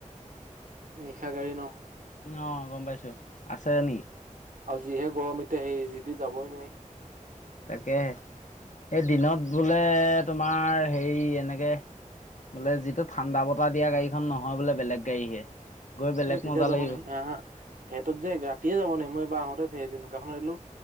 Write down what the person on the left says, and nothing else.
অ, গম পাইছো আছে নেকি?
তাকেহে এই দিনত বোলে তোমাৰ হেৰি এনেকৈ। বোলে যিটো ঠাণ্ডা বতাহ দিয়া গাড়ীখন নহয় বোলে বেলেগ গাড়ীহে। গৈ বেলেগ
মজা
লাগিব